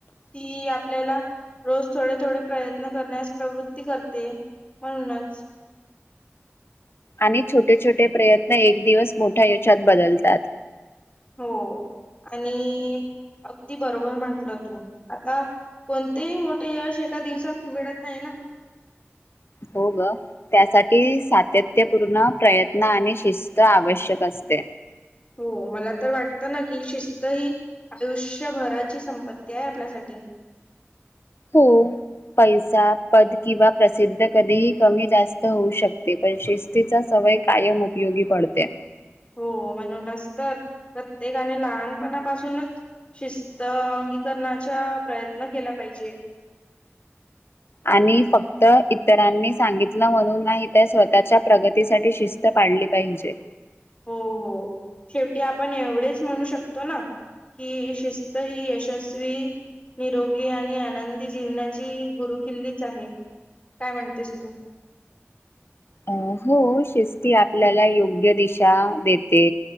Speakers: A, on the left (about 25°); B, on the left (about 60°).
A: ती आपल्याला रोज थोडे थोडे प्रयत्न करण्यास प्रवृत्ती करते म्हणूनच.
B: आणि छोटे छोटे प्रयत्न एक दिवस मोठ्या यशात बदलतात.
A: हो आणि अगदी बरोबर म्हटलं तू आता कोणतेही मोठे यश एका दिवसात मिळत नाही ना.
B: हो ग त्यासाठी सातत्यपूर्ण प्रयत्न आणि शिस्त आवश्यक असते.
A: हो मला तर वाटतं ना की शिस्त ही आयुष्यभराची संपत्ती आहे आपल्यासाठी.
B: हो पैसा पद किंवा प्रसिद्ध कधीही कमी जास्त होऊ शकते पण शिस्तीचा सवय कायम उपयोगी पडते.
A: हो म्हणूनच. तर प्रत्येकाने लहान. पणापासूनच शिस्त अंगीकरणाचा प्रयत्न केला पाहिजे.
B: आणि फक्त इतरांनी सांगितलं म्हणून नाही त्या स्वतःच्या प्रगतीसाठी शिस्त पाळली पाहिजे.
A: हो हो शेवटी आपण एवढेच म्हणू शकतो ना, की शिस्त ही यशस्वी निरोगी आणि आनंदी जीवनाची गुरु किल्लीच आहे, काय म्हणतेस तू.
B: अं हो शिस्ती आपल्याला योग्य दिशा देते,